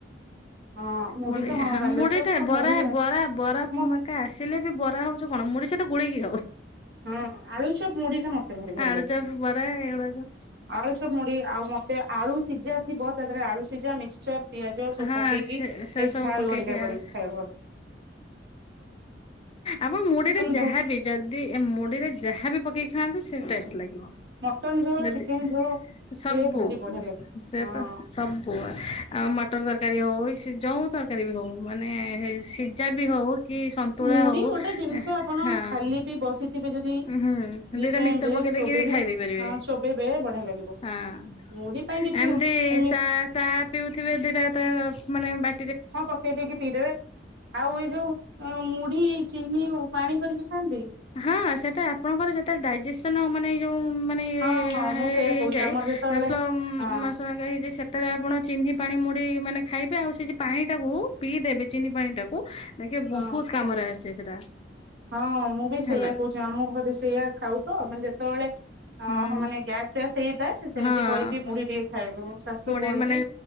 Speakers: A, on the right; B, on the left.
A: ହଁ
B: ମୁଢି
A: ତ ହଁ ବାଲେଶ୍ଵର
B: ମୁଢିଟା
A: ତ
B: ବରା
A: ମୁଢି
B: ବରା ବରାମା
A: ମ
B: କା ଆସିଲେ ବି ବ ହଉଛି କଣ ମୁଢି ସହିତ ଗୋଳେଇକି ଖାଉ।
A: ହଁ ଆଳୁଚପ ମୁଢି ଟା ମତେ ଭାରି ଭଲ
B: ଆଳୁଚପ୍
A: ଲାଗେ।
B: ବରା ଏଗୁଡାକ
A: ଆଳୁ ସବୁ ମୁଢି ଆଉ ମତେ ଆଳୁ ସିଝା ଥିବ ତାଦେହରେ ଆଳୁ ସିଝା ମିକ୍ସଚର। ପିଆଜ ସବୁ
B: ହଁ
A: ପକେଇକି
B: ସେ
A: ସେଇ
B: ସେ ସବୁ
A: ଝାଲ୍
B: ପକେଇକି
A: ଭରିକା
B: ହଁ
A: କରି ଖାଇବା
B: ଆପଣ ମୁଢିରେ ଯାହାବି
A: ଝୋ
B: ଯଦି ମୁଢିରେ ଯାହାବି ପକେଇ ଖାଆନ୍ତୁ ସେ ଟଷ୍ଟ ଲାଗିବ।
A: ମଟନ ଝୋଳ
B: ଯଦି
A: ଚିକେନ ଝୋଳ।
B: ସବୁ
A: ସେ ଭାରି ବଢିଆ ଲାଗେ।
B: ସେ
A: ହଁ
B: ତ ସବୁ ଆଉ ମଟ ମଟର ତରକାରୀ ହଉ ଯଉଁ ତରକାରୀ ବି ହଉ ମାନେ ସିଝା ବି ହଉ କି ତୋଳାଉ
A: ମୁଢି ଗୋଟେ ଜିନିଷ ଆପଣ
B: ହଁ।
A: ଖାଲି ବି ବସିଥିବେ ଯଦି
B: ହୁଁ
A: ଫ୍ରି
B: ଦିଟା
A: ଟାଇମ
B: ମିକ୍ସଚର
A: ରେ
B: ପକେଇ
A: ଚୋବେଇବେ
B: ଦେଇକି ବି ଖାଇ ଦେଇେ ପାରିବେ
A: ହଁ ଚୋବେଇବେ ବଢିଆ ଲାଗିବ
B: ହଁ।
A: ମୁଢି ପାଇଁ କିଛି
B: ଏମିତି
A: ଏମିତି
B: ଚା ଚା ପିଉଥିବେ ଦିଟା ତ ମାନେ ବା
A: ହଁ ପକେଇ ଦେଇେକି ପିଇଦେବେ ଆଉ ଏଇ ଯୋଉ ମୁଢି ଚିନି ପାଣି କରିକି ଖାଆନ୍ତି
B: ହଁ ସେଟା ଆପଣଙ୍କର ଯେତେ ଡାଇଜେସନ ମାନେ ଯୋଉ ମାନେ ଏ
A: ହଁ
B: ଏ
A: ହଁ
B: ଏ
A: ମୁଁ
B: ହେଇଯାଏ
A: ସେଇଆ କହୁଛି ଆମର ଯେତେବେଳେ
B: ସ୍ଲୋ
A: ହଁ
B: ମାସ ହେଇଯା ଯେତେବେଳେ ଆପଣ ଚିନି ପାଣି ମୁଢି ମାନେ ଖାଇବେ ଆଉ ସେ ପାଣି ଟାକୁ ପିଇଦେବେ ଚିନିପାଣି ଟାକୁ। ଦେଖିବେ
A: ହଁ
B: ବହୁତ କାମରେ ଆସେ ସେଟା।
A: ହଁ ମୁଁ ବି ସେଇଆ
B: ହେଲା
A: କହୁଛି ଆମ ଘରେ ସେଇଆ ଖାଉ ତ ମାନେ ଯେତେବେଳେ
B: ହୁଁ
A: ଓହୋ ମାନେ ଗ୍ୟାସ ଫ୍ୟାସ୍ ହେଇଥାଏ ସେମିତି
B: ହଁ
A: କରିକି ମୁଢି ଟିକେ ଖାଇବୁ ଶାଶୁ
B: ମୁଢି
A: କୁହନ୍ତି।
B: ମାନେ